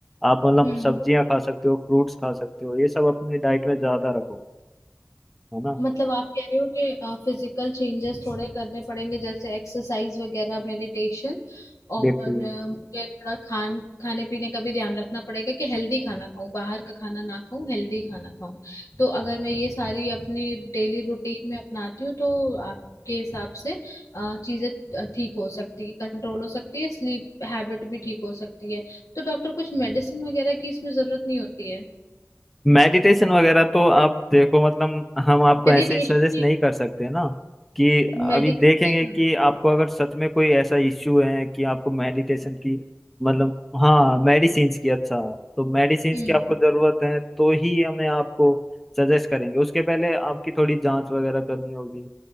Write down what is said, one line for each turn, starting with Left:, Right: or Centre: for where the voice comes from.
Centre: आप मतलब
Left: हम्म
Centre: सब्जियां खा सकते हो फ्रूट्स खा सकते हो ये सब अपनी डाइट में ज्यादा रखो है ना
Left: मतलब आप कह रहे हो कि फिजिकल चेंजेस थोड़े करने पड़ेंगे जैसे एक्सरसाइज वगैरह मेडिटेशन और
Centre: बिल्कुल
Left: अ, मुझे थोड़ा खान खाने पीने का भी ध्यान रखना पड़ेगा कि हेल्दी खाना खाऊं बाहर का खाना ना खाऊं हेल्दी खाना खाऊं तो अगर मैं ये सारी अपनी डेली रूटीन में अपनाती हूँ तो आपके हिसाब से अ, चीजें ठीक हो सकती है कंट्रोल हो सकती है स्लीप हैबिट भी ठीक हो सकती है तो डॉक्टर कुछ मेडिसिन वगैरह की इसमें जरूरत नहीं होती है
Centre: मेडिटेशन वगैरह तो आप देखो मतलब हम आपको
Left: मेडिटेशन
Centre: ऐसे ही सजेस्ट
Left: नहीं
Centre: नहीं कर सकते ना कि अभी
Left: मेडिकेशन
Centre: देखेंगे कि आपको अगर सच में कोई ऐसा इश्यू है कि आपको मेडिटेशन की मतलब हाँ मेडिसिन्स की अच्छा तो मेडिसिन्स
Left: हम्म
Centre: की आपको ज़रूरत है तो ही हमें आपको सजेस्ट करेंगे उसके पहले आपकी थोड़ी जांच वगैरह करनी होगी